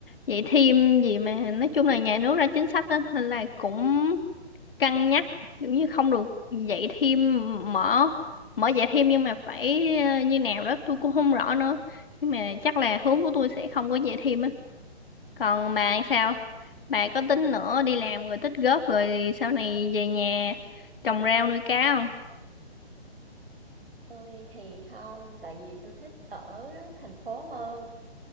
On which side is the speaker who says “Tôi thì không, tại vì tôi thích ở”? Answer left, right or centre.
Right